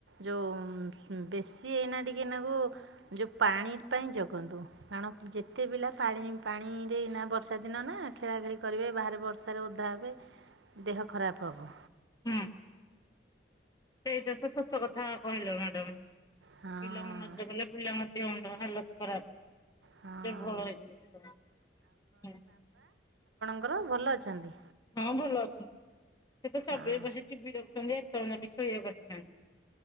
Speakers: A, on the right; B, on the left.
A: ଯେଉଁ ବେଶୀ ଏଇନା ଟିକେନାକୁ ଯେଉଁ ପାଣି ପାଇଁ ଜଗ ରନ୍ତୁ କାରଣ ଯେତେ ପିଲା ପାଣି ପାଣିରେ ନା ବର୍ଷା ଦିନ ନା ଖେଳାଖେଳି କରିବେ ବାହାରେ ବର୍ଷା ବର୍ଷା ରେ ଓଦା ହେବେ ଦେହ ଖରାପ ହେବ।
B: ହୁଁ। ସେଇଟା ତ ସତ କଥା। କହିଲ ମ୍ୟାଡ଼ମ୍।
A: ହଁ
B: ପିଲା ମନ ଇଚ୍ଛା କଲେ ପିଲାଙ୍କ ଦେହ ମୁଣ୍ଟ ହାଲତ ଖରାପେ।
A: ହଁ
B: ଭଲ ହେଇଁ <inaudible>
A: ଙ୍କର ଭଲ ଅଛନ୍ତି?
B: ହଁ ଭଲ ଅଛନ୍ତି। ସେ ତ ସବୁବେଳେ
A: ହଁ
B: ବସିକି ଟିଭି ଏତବେଳ ଜାଙ୍କ ଶୋଇ ବାକୁ ଆସିବା କୁଆସି ନାହାନ୍ତି।